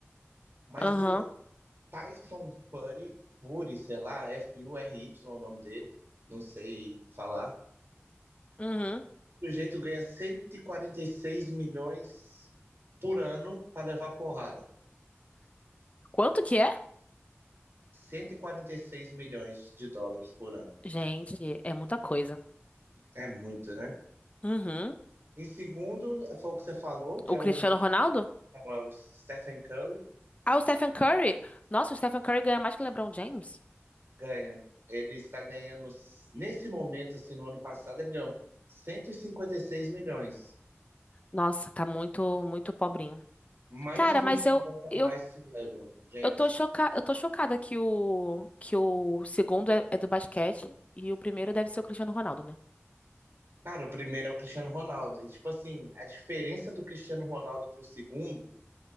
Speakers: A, on the right; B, on the left.
A: Mas
B: aham,
A: o Tyson Fury, Fury, sei lá, F-U-R-Y é o nome dele, não sei falar.
B: uhum.
A: O sujeito ganha 146 milhões por ano pra levar porrada.
B: Quanto que é?
A: 146 milhões de dólares por ano.
B: Gente, é muita coisa.
A: É muito, né?
B: Uhum.
A: Em segundo, foi o que você falou, que
B: O
A: é
B: Cristiano
A: o,
B: Ronaldo?
A: é o Stephen Curry,
B: Ah, o Stephen Curry. Nossa, o Stephen Curry ganha mais que o LeBron James.
A: ganha. Ele está ganhando, nesse momento, assim, no ano passado, ele ganhou 156 milhões.
B: Nossa, tá muito, muito pobrinho.
A: Mais
B: Cara,
A: de 20
B: mas eu,
A: milhões a
B: eu,
A: mais que o LeBron James.
B: eu tô choca... eu tô chocada que o, que o segundo é, é do basquete e o primeiro deve ser o Cristiano Ronaldo, né?
A: Cara, o primeiro é o Cristiano Ronaldo. E, tipo assim, a diferença do Cristiano Ronaldo pro segundo